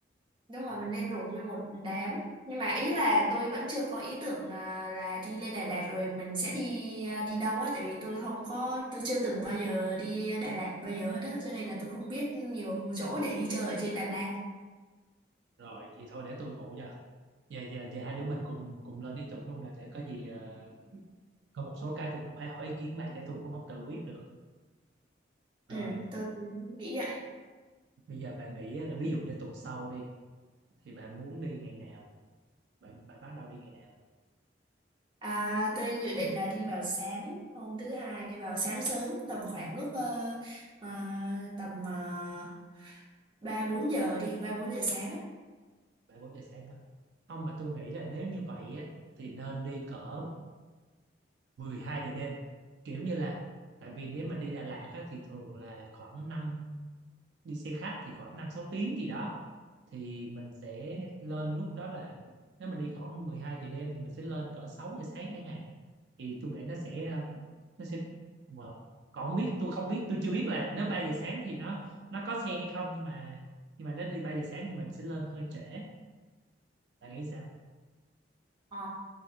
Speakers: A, on the right; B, on the right.
A: đúng rồi
B: Ừ,
A: mình nên rủ nguyên một đám nhưng mà ý là tôi vẫn chưa có ý tưởng là, là đi lên Đà Lạt rồi mình sẽ đi à, đi đâu á tại vì tôi không có tôi chưa từng bao giờ đi Đà Lạt bao giờ hết á cho nên là tôi không biết nhiều chỗ để đi chơi ở trên Đà Lạt
B: rồi vậy thôi để tôi phụ cho giờ giờ giờ hai đứa mình cùng cùng lên ý tưởng luôn nè để có gì ờ, có một số cái tôi cũng phải hỏi ý kiến bà chứ tôi cũng không tự quyết được rồi
A: ừ tôi cũng nghĩ vậy
B: bây giờ bà nghĩ á, là ví dụ như tuần sau đi thì bà muốn đi ngày nào bà, bà bắt đầu đi ngày nào
A: à tôi dự định là đi vào sáng hôm thứ hai vào sáng sớm tầm khoảng lúc ờ, ờ, tầm ờ, ba bốn giờ đi ba bốn giờ sáng á
B: bà bốn giờ sáng hả không mà tôi nghĩ là nếu như vậy á thì nên đi cỡ 12 giờ đêm kiểu như là tại vì nếu mà đi Đà Lạt á, thì thường là khoảng năm đi xe khách thì khoảng 5 6 tiếng gì đó thì mình sẽ lên lúc đó là nếu mình đi khoảng 12 giờ đêm thì mình sẽ lên cỡ 6 giờ sáng chẳng hạn thì tôi nghĩ nó sẽ ờ, nó sẽ mà còn không biết tôi không biết tôi chưa biết là nếu 3 giờ sáng thì nó nó có xe hay không nhưng mà nhưng mà nếu đi 3 giờ sáng thì mình sẽ lên hơi trễ bạn nghĩ sao
A: Ờ,